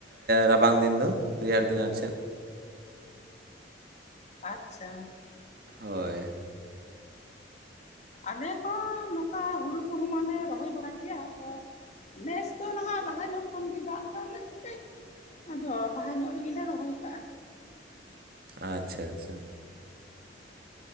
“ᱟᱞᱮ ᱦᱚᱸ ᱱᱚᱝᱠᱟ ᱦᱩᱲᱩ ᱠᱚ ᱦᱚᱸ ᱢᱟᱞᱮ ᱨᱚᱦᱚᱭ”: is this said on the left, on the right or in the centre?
Left